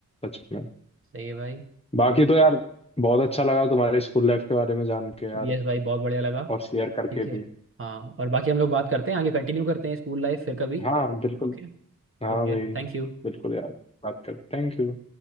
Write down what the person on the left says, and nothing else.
सच में
बाकी तो यार बहुत अच्छा लगा तुम्हारे स्कूल लाइफ के बारे में जान के यार
और शेयर करके
भी
हाँ बिल्कुल
हाँ
भाई
बिल्कुल यार बात कर थैंक यू